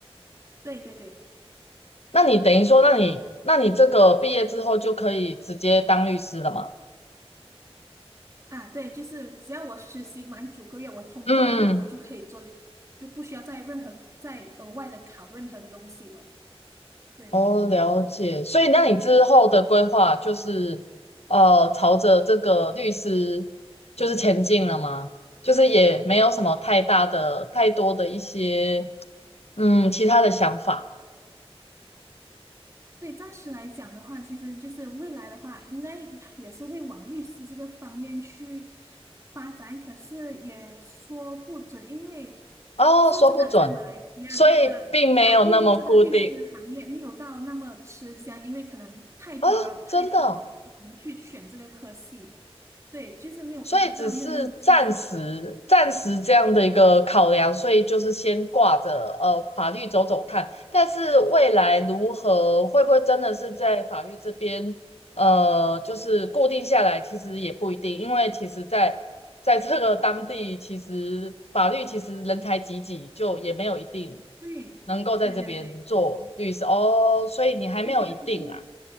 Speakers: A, on the right; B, on the left.
A: 对对对。
B: 那你等于说，那你那你这个毕业之后就可以直接当律师了吗？
A: 啊，对，就是只要我实习满九个月，我通过了，
B: 嗯
A: 那我就可以做，就不需要再任何再额外的考任何的东西了。对，
B: 哦，了解。所以，那你之后的规划就是，呃，朝着这个律师就是前进了吗？就是也没有什么太大的、太多的一些嗯其他的想法。
A: 对，暂时来讲的话，其实就是未来的话，应该也是会往律师这个方面去发展，可是也说不准，因为
B: 哦，
A: 说真的，
B: 说不准，
A: 在马来西亚这个啊律这个律师行业没有到那么吃香，
B: 所以并没有那么固定
A: 因为可能太多了太多
B: 啊，真的哦。
A: 人去选这个科系，对，就是没有可能当然没有那么吃香，
B: 所以只是暂时暂时这样的一个考量，所以就是先挂着呃法律走走看，但是未来如何会不会真的是在法律这边呃就是固定下来，其实也不一定，因为其实在在这个当地，其实法律其实人才济济，就也没有一定
A: 对，
B: 能够在这边做律师哦，
A: 对对对
B: 所以你还没有一定啦。
A: 对，比如说。